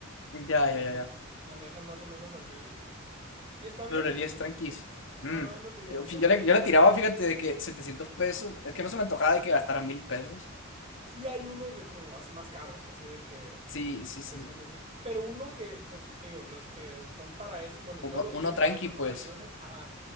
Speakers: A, on the left; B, on the right.
A: Ya,
B: Entonces
A: ya, ya, ya.
B: manejan más o menos así. Y está bien,
A: Florerías
B: fíjate.
A: tranquis.
B: es lo-
A: Mm.
B: Ajá, es lo que yo,
A: Yo, yo
B: los que
A: le,
B: yo
A: yo
B: suelo.
A: le tiraba, fíjate, de que 700 pesos. Es que no se me antojaba de que gastara mil pesos.
B: Sí hay unos de como as- más caros, así de que
A: Sí, sí,
B: 700
A: sí.
B: así. Pero uno que, pues te digo, los que son para es, bueno, yo
A: Uno,
B: los
A: uno
B: veo
A: tranqui,
B: para esas
A: pues.
B: ocasiones, ajá,